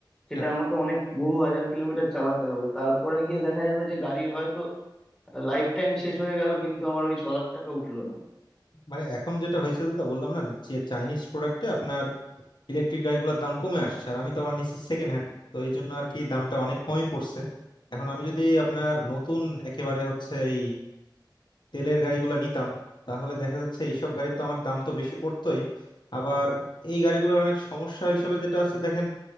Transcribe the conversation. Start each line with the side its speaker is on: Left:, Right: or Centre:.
Centre: সেটা
Left: না
Centre: আমাকে অনেক বহু হাজার কিলোমিটার চালাতে হবে তারপরে গিয়ে দেখা যাবে যে গাড়ির হয়তো লাইফ টাইম শেষ হয়ে গেল কিন্তু আমার ওই ছ লাখ টাকা উঠলো না
Left: মানে এখন যেটা হয়েছে দাদা বললাম না যে চাইনিজ প্রোডাক্টে আপনার ইলেকট্রিক গাড়িগুলোর দাম কমে আসছে আর আমি তো আবার নিচ্ছি সেকেন্ড হ্যান্ড তো এই জন্য আর কি দামটা অনেক কমই পড়ছে এখন আমি যদি আপনার নতুন একেবারে হচ্ছে এই তেলের গাড়িগুলো নিতাম তাহলে দেখা যাচ্ছে এইসব গাড়ির তো আমার দাম তো বেশি পড়তোই আবার এই গাড়িগুলোর অনেক সমস্যা হিসেবে যেটা আছে দেখেন